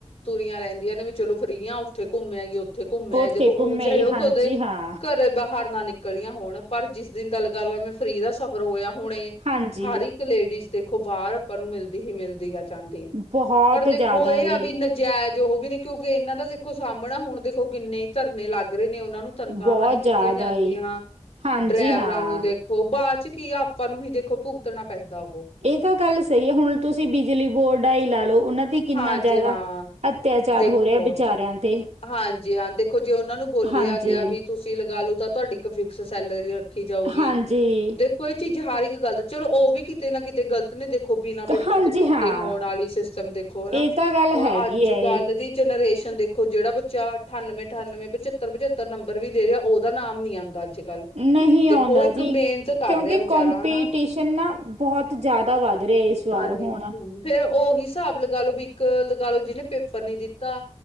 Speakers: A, on the left (about 60°); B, on the right (about 70°).
A: ਦੀਆਂ ਰੈੰਦੀਆਂ ਨੇ ਵੀ ਚਲੋ ਫਰੀ ਆ ਉੱਥੇ ਘੁੰਮ ਆਈਏ ਉੱਥ ਉੱਥੇ ਘੁੰਮ ਆਏ
B: ਉੱਥੇ
A: ਦੇਖੋ
B: ਘੁੰਮੇ
A: ਊਹ ਚਾਹੇ
B: ਜੀ
A: ਓਹ
B: ਹਾਂਜੀ
A: ਕਦੇ
B: ਹਾਂ
A: ਘਰੇ ਬਾ ਹਾਰਨਾ ਨਿਕਲੀਆਂ ਹੋਣ, ਪਰ ਜਿਸ ਦਿਨ ਦਾ ਲੱਗਾ ਲੋ ਐਵੇਂ ਫਰੀ ਦਾ ਸਫ਼ਰ ਹੋਇਆ ਹੁਣੇ,
B: ਹਾਂਜੀ
A: ਹਰ ਇੱਕ ਲੇਡੀਜ ਦੇਖੋ ਬਾਰ ਅਪਾਂ ਨੂੰ ਮਿਲਦੀ ਹੀ ਮਿਲਦੀ ਆ। ਚਾੰਦੀ
B: ਬਹੁਤ
A: ਪਰ ਦੇਖੋ
B: ਜ਼ਿਆਦਾ
A: ਏਹ
B: ਜੀ
A: ਆ ਵੀ ਨਜੈਜ਼ ਜੇ ਹੋ ਵੀ ਨੀ ਕਿਉਂਕਿ ਇਨ੍ਹਾਂ ਦਾ ਦੇਖੋ ਸਾਮਣਾ ਹੁਣ ਦੇਖੋ ਕਿੰਨੇ ਈ ਧਰਨੇ ਲੱਗ ਰੇ ਨੇ ਔਨ ਨਾ ਨੂੰ ਤਨਖਾਹਾਂ
B: ਬਹੁਤ
A: ਨੀ ਦਿੱਤੀਆਂ
B: ਜ਼ਿਆਦਾ
A: ਜਾਂਦੀ
B: ਜੀ
A: ਹਾਂ।
B: ਹਾਂਜੀ
A: ਡਰੈਵਰਾਂ
B: ਹਾਂ
A: ਨੂੰ ਦੇਖੋ ਬਾਅ ਚ ਕੀ ਆਪ ਸਾਨੂੰ ਹੀ ਦੇਖੋ ਭੁਗਤਣਾ ਪੈਂਦਾ ਐ।
B: ਏ ਤਾਂ ਗੱਲ ਸਹੀ ਏ, ਹੁਣ ਤੁਸੀਂ ਬਿਜਲੀ ਬੋਰਡ ਦਾਈ ਲਾ ਲੋ, ਉਨਾਂ ਤੇ ਕਿੰਨਾ
A: ਹਾਂਜੀ
B: ਜਿਆਦਾ
A: ਹਾਂ
B: ਅਤਿਆਚਾਰ
A: ਦੇਖੋ
B: ਹੋ ਰਿਹਾ ਐ ਬਿਚਾਰਿਆਂ ਤੇ
A: ਹਾਂਜੀ ਹਾਂ ਦੇਖੋ, ਜੇ ਔਨਾਂ ਨੂੰ ਬੋਲਿਆ
B: ਹਾਂਜੀ
A: ਗਿਆ ਵੀ ਤੁਸੀਂ ਲਗਾਲੋ ਤਾਂ ਤੁਹਾਡੀ ਇੱਕ ਫਿਕਸ ਸੈਲਰੀ ਰੱਖੀ ਜਾਊਗੀ,
B: ਹਾਂਜੀ
A: ਦੇਖੋ ਏ ਚੀਜ਼ ਜੇ ਹਰ ਇੱਕ ਗੱਲਤ ਚਲੋ ਔ ਵੀ ਕਿਤੇ ਨਾ ਕਿਤੇ ਗਲ ਤ ਨੇ ਦੇਖੋ ਬਿਨਾਂ ਪੇਪਰ
B: ਹਾਂਜੀ
A: ਤੋਂ ਪੱਕੇ
B: ਹਾਂ
A: ਹੋਣ ਆਲੀ ਸਿਸਟਮ ਦੇਖੋ, ਹਨਾ।
B: ਇਹ ਤਾਂ ਗੱਲ
A: ਹੁਣ
B: ਹੈਗੀ
A: ਅੱਜ-ਗੱਲ
B: ਹੈ ਇਹ
A: ਦੀ ਜਨਰੇਸ਼ ਕੈੰਦੇ। ਦੇਖੋ ਜੇੜਾ ਬੱਚਾ ਅਠਾਨਵੇਂ ਅਠਾਨਵੇਂ ਪਚੱਤਰ ਪਚੱਤਰ ਨੰਬਰ ਵੀ ਲੇ ਰਿਹਾ, ਔਦਾ ਨਾਮ ਨੀ ਆਂਦਾ ਅੱਜ ਕੱਲ
B: ਨਹੀਂ
A: ਦੇਖੋ
B: ਔੰਦਾ
A: ਉਹ ਇੱਕ
B: ਜੀ
A: ਮਿਹਨਤ ਕਰ
B: ਕਿਓਂਕਿ
A: ਰਿਹਾ ਵਿਚਾਰਾ
B: ਕੋੰਪੀਟੀਸ਼ਨ
A: ਹਨਾ
B: ਨਾ ਬਹੁਤ ਜਿਆਦਾ ਵੱਧ ਰਿਹਾ ਇਸ ਵਾਰ
A: ਹਾਂਜੀ
B: ਹੁਣ।
A: ਫੇਰ ਉਹੀ ਹਿਸਾਬ ਲਗਾ ਲੋ ਵੀ ਇੱਕ ਲਗਾ ਲੋ ਜਿਨੇ ਪੇਪਰ ਨੀ ਦਿੱਤਾ।